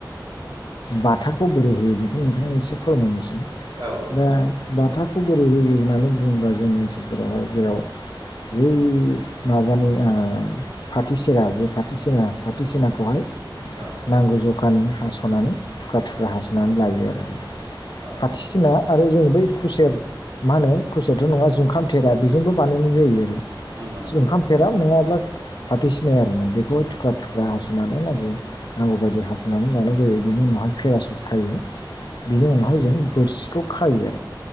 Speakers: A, on the left; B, on the right.
A: बाथाखौ बोरै होयो बेखौ नोंथांमोना एसे फोरमायनोसै
B: औ नोंथां
A: दा बाथाखौ बोरै होयो होननानै बुंङोबा जोंनि ओनसोल फोरावहाय जेराव जि माबानि फाथो सेरा जे फाथो सेरा बाथोसेनाखौहाय
B: औ नोंथां औ
A: नांगौ जखानि हास'नानै थुख्रा थुख्रा हास'नानै लायो आरो
B: औ
A: फाथोसिना आरो जोंङो बै खुसेर मा होनो खुसियाथ' नंङा जुखाम थेरा बेजोंबो बानायनाय जायो आरो
B: नंगौ नंगौ
A: ओंखाम
B: नोंथां
A: थेराम नंङाब्ला फाथो सिनाय आरोना बेखौबो थुख्रा थुख्रा हास'नानै नागिरो नांगौ बायायदि हासबनानै
B: औ
A: लानाय जायो बिनि उनावहाय पेराशुट खायो। बिनि
B: औ
A: उनावहाय जों बोरसिखौ खायो